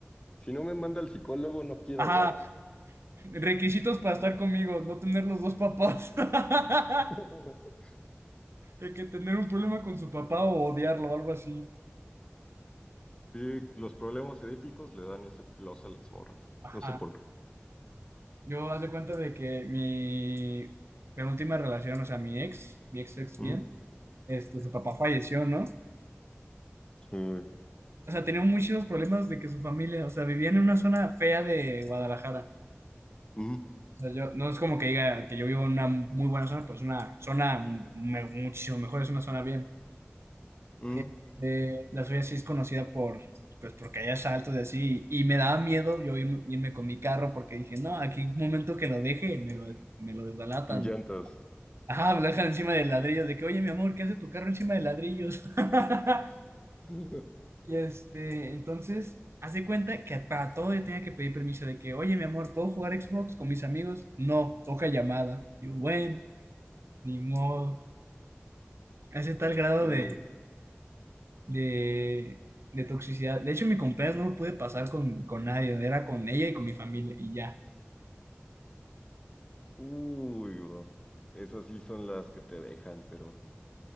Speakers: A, on the left; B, on the right.
A: Si no me manda al psicólogo no quiero
B: Ajá,
A: nada.
B: requisitos para estar conmigo, no tener los dos papás. <laughs>
A: <laughs>
B: De que tener un problema con su papá o odiarlo o algo así.
A: Sí, los problemas edípicos le dan ese plus a las morras.
B: Ajá.
A: No sé por qué.
B: Yo hace cuenta de que mi penúltima relación, o sea, mi ex, mi ex ex
A: Ujú,
B: bien, este, su papá falleció, ¿no?
A: uy,
B: O sea, tenía muchísimos problemas de que su familia, o sea, vivía en una zona fea de Guadalajara.
A: ujú,
B: O sea, yo, no es como que diga que yo vivo en una muy buena zona, pero es una zona mu- me- muchísimo mejor, es una zona bien.
A: ujú,
B: Este, la suya sí es conocida por, pues porque hay asaltos y así, y me daba miedo yo irme, irme con mi carro porque dije, no, aquí un momento que lo deje, me lo, des- me lo desbalatan.
A: Sin llantas.
B: Ajá, me lo dejan encima de ladrillos, de que, oye, mi amor, ¿qué hace tu carro encima de ladrillos? <laughs>
A: <laughs>
B: Y este, entonces, haz de cuenta que para todo yo tenía que pedir permiso de que, oye, mi amor, ¿puedo jugar Xbox con mis amigos? No, toca llamada. Digo, bueno. Ni modo. Hace tal grado
A: Uy,
B: de, de, de toxicidad. De hecho, mi cumpleaños no lo pude pasar con, con nadie. Era con ella y con mi familia y ya.
A: uy, bro. Esas sí son las que te dejan, pero